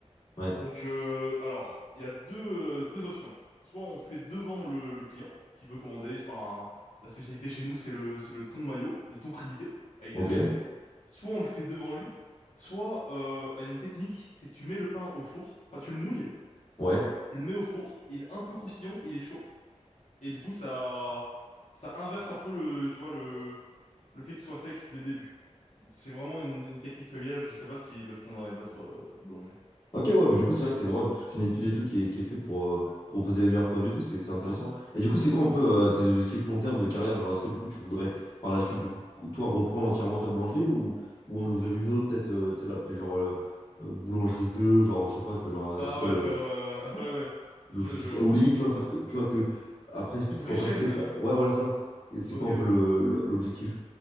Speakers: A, on the left; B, on the left.
A: Ouais.
B: Donc euh, alors, il y a deux euh, deux options. Soit on fait devant le, le client qui veut commander, je sais pas, un- la spécialité chez nous, c'est le c'est le thon mayo, le thon crudité avec
A: Ok.
B: des œufs. Soit on le fait devant lui, soit euh, il y a une technique, c'est que tu mets le pain au four, enfin tu le mouilles
A: Ouais.
B: tu le mets au four, il est un peu croustillant, il est chaud, et du coup ça ça inverse un peu le tu vois le le fait qu'il soit sec dès le début. C'est vraiment une, une technique familiale, je sais pas s'ils le font dans les d'autres euh, boulangeries.
A: Ok, ouais, mais du coup, c'est vrai que c'est vraiment toute une étude et tout qui est, qui est fait pour euh, proposer les meilleurs produits et tout, c'est c'est intéressant. Et du coup,
B: C'est
A: c'est
B: ça,
A: quoi un peu
B: ouais.
A: euh, tes objectifs long terme de carrière? Genre, est-ce que du coup, tu voudrais par la suite, du coup, toi, reprendre entièrement ta boulangerie ou, ou en ouvrir une autre, peut-être, euh, tu sais, l'appeler genre euh, euh, boulangerie 2 genre, je sais pas, tu vois, genre, euh,
B: Ah
A: c'est quoi
B: ouais,
A: le
B: faire euh, <laughs> ouais ouais, je
A: l'objectif?
B: je vois.
A: Ou limite, tu vas faire que, tu vois, que après, pourquoi
B: Une vraie chaîne.
A: pas, c'est
B: euh,
A: pas... Ouais, voilà, c'est ça. Et C'est
B: Ok
A: quoi un
B: ouais.
A: peu le le- l'objectif?